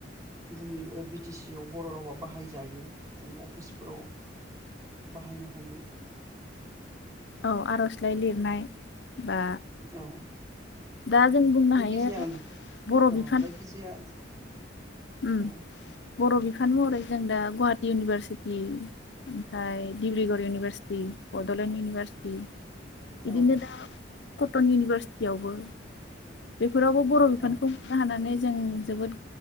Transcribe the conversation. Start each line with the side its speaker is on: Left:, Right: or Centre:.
Right: जोंनि बिटि सि आव बर' रावा बाहायजायो जों अफिसफोराव बाहायनो हायो
Left: औ आर'जलाइ लिरनाय बा
Right: औ
Left: दा जों बुंनो
Right: जायखिजाया
Left: हायो
Right: आं
Left: बर'
Right: औ
Left: बिफान
Right: जायखिजाया
Left: उम
Right: औ
Left: बर' बिफान महरै जों दा गुवाहाटि इउनिभारसिटि ओमफ्राय डिब्रुगर इउनिभारसिटि बड'लेण्ड इउनिभारसिटि बिदिनो
Right: औ
Left: दा कटन इउनिभारसिटिवबो बे बेफोरावबो बर' बिफानखौ
Right: औ
Left: खुंनो हानानै जों जोबोद